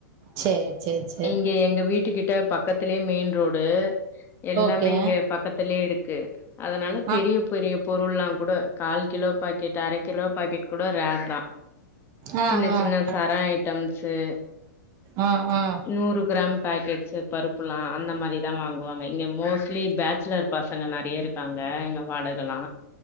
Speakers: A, on the right; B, on the left.
A: சேரி சேரி சே
B: இங்க எங்க வீட்டுக்கிட்ட பக்கத்துலே மெயின் ரோடு எல்லாமே
A: ஓகே
B: இங்க பக்கத்திலே இருக்கு அதனால பெரிய
A: ஆ
B: பெரிய பொருள்லா கூட கால் கிலோ பாக்கெட் அரை கிலோ பாக்கெட் கூட ரேர் தா
A: ஆ ஆ
B: சின்ன
A: ஆ
B: சின்ன சர ஐட்டம்ஸு
A: ஆ ஆ
B: நூறு கிராம் பேக்கெட்ஸு பருப்புலா அந்த மாரிதா வாங்குவாங்க இங்க மோஸ்ட்லி பேச்சுலர் பசங்க நெறைய இருக்காங்க இங்க வாடகை இதெல்லா